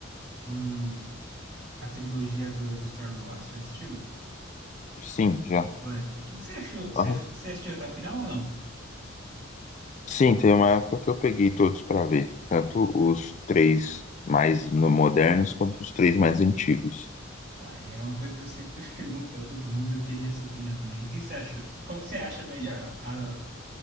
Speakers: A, on the right; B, on the left.
A: um... a trilogia do, do Star Wars. Já assistiu?
B: Sim, já.
A: Completa? O que, que você achou? Você,
B: Aham.
A: você assistiu até o final ou não?
B: Sim, tem uma época que eu peguei todos pra ver. Tanto os três mais no- modernos quanto os três mais antigos.
A: Ah, é uma coisa que eu sempre <laughs> pergunto para todo mundo, eu queria sua opinião também. O que que você achou? Qual que você acha melhor? A,